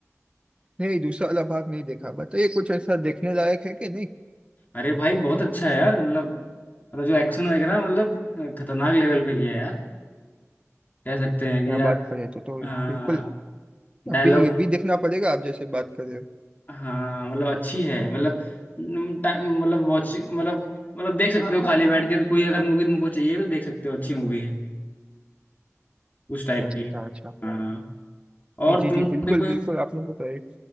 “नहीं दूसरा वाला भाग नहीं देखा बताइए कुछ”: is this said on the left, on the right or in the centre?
Right